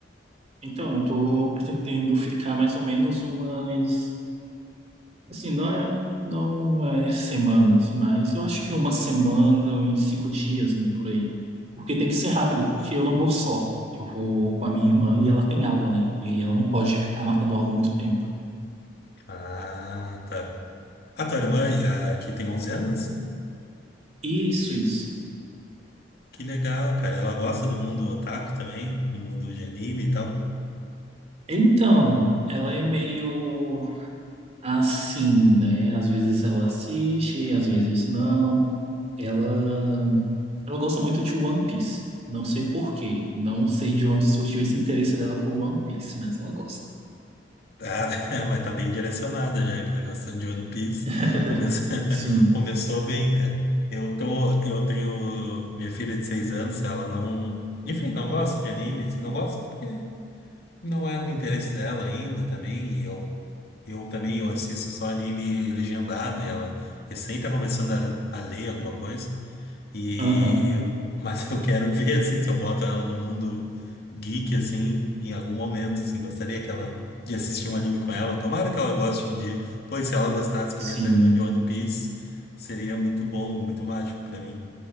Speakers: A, on the right; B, on the left.
A: Então, estou pretendendo ficar mais ou menos umas, assim, não é, não é semanas, mas eu acho que uma semana ou em cinco dias, né, por aí. Porque tem que ser rápido, porque eu não vou só. Eu vou com a minha irmã e ela tem aula, né? E ela não pode ficar matando aula muito tempo.
B: Ah, tá. A tua irmã, ah, que tem 11 anos?
A: Isso, isso.
B: Que legal, cara. Ela gosta do mundo otaku também, do mundo de anime e tal.
A: Então, ela é meio Assim, né? Às vezes ela assiste, às vezes não. Ela, ela gosta muito de One Piece. Não sei por quê. Não sei de onde surgiu esse interesse dela por One Piece, mas ela gosta.
B: Tá, <laughs> mas tá bem direcionada já, aquela questão de One Piece.
A: <laughs>
B: Começou, <laughs>
A: Sim.
B: começou bem, cara. Eu tô, eu tenho minha filha de seis anos, ela não, enfim, não gosta de anime, assim, não gosta porque não é do interesse dela ainda também. E eu, eu também eu assisto só anime legendado, e ela recém tá começando a, a ler alguma coisa. E
A: Aham.
B: mas <laughs> eu quero ver assim se eu boto ela no mundo geek assim em algum momento, assim, gostaria que ela de assistir um anime com ela. Tomara que ela goste um dia. Pois se ela gostasse que
A: Sim.
B: nem a tua irmã de One Piece, seria muito bom, muito mágico pra mim.